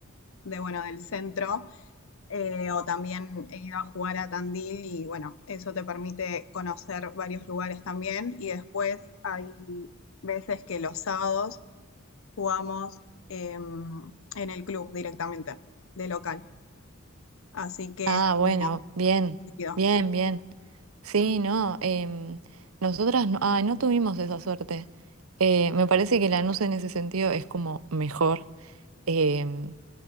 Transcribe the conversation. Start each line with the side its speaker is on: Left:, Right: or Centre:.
Left: de, bueno, del centro, eh, o también he ido a jugar a Tandil y bueno, eso te permite conocer varios lugares también. Y después hay veces que los sábados jugamos em, en el club directamente, de local. Así que
Right: Ah,
Left: es
Right: bueno,
Left: como...
Right: bien,
Left: seguido.
Right: bien, bien. Sí, no, em, nosotras no, ah, no tuvimos esa suerte. Eh, me parece que Lanús en ese sentido es como mejor, em,